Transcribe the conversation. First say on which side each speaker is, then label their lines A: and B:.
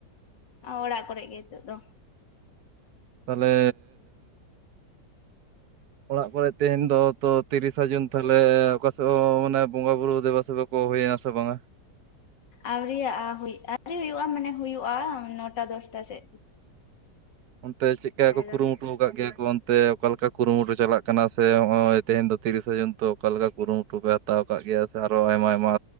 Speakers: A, on the left (about 85°); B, on the right (about 65°).
A: ᱟ ᱚᱲᱟᱜ ᱠᱚᱨᱮ ᱜᱮ ᱦᱤᱛᱚᱜ ᱫᱚ
B: ᱛᱟᱦᱚᱞᱮ ᱚᱲᱟᱜ ᱠᱚᱨᱮ ᱛᱮᱦᱮᱧ ᱫᱚ ᱛᱚ ᱛᱤᱨᱤᱥᱟ ᱡᱩᱱ ᱛᱟᱦᱚᱞᱮ ᱚᱠᱟ ᱥᱮᱫ ᱦᱚᱸ ᱢᱟᱱᱮ ᱵᱚᱸᱜᱟ ᱵᱩᱨᱩ ᱫᱮᱵᱟ-ᱥᱮᱵᱟ ᱠᱚ ᱦᱳᱭᱱᱟ ᱥᱮ ᱵᱟᱝᱟ?
A: ᱟᱣᱨᱤ ᱭᱟᱜᱼᱟ ᱦᱩᱭ, ᱟᱣᱨᱤ ᱦᱩᱭᱩᱜᱼᱟ, ᱢᱟᱱᱮ ᱦᱩᱭᱩᱜᱼᱟ ᱱᱚᱴᱟ, ᱫᱚᱥᱴᱟ ᱥᱮᱜ᱾
B: ᱚᱱᱛᱮ ᱪᱮᱜ ᱠᱟ ᱠᱚ
A: ᱮᱜᱟᱨᱚ
B: ᱠᱩᱨᱩᱢᱩᱴᱩ? ᱠᱟᱜ ᱜᱮᱹᱭᱟ ᱠᱚ ᱚᱱᱛᱮ ᱚᱠᱟ ᱞᱮᱠᱟ ᱠᱩᱨᱩᱢᱩᱴᱩ ᱪᱟᱞᱟᱜ ᱠᱟᱱᱟ ᱥᱮ ᱚᱸᱭ ᱛᱮᱦᱮᱧ ᱫᱚ 'ᱛᱤᱨᱤᱥᱟ ᱡᱚᱱ' ᱛᱚ, ᱚᱠᱟ ᱞᱮᱠᱟ ᱠᱩᱨᱩᱢᱩᱴᱩ ᱯᱮ ᱛᱟᱣ ᱠᱟᱜ ᱜᱮᱭᱟ ᱥᱮ ᱟᱨᱚ ᱟᱭᱢᱟ-ᱟᱭᱢᱟ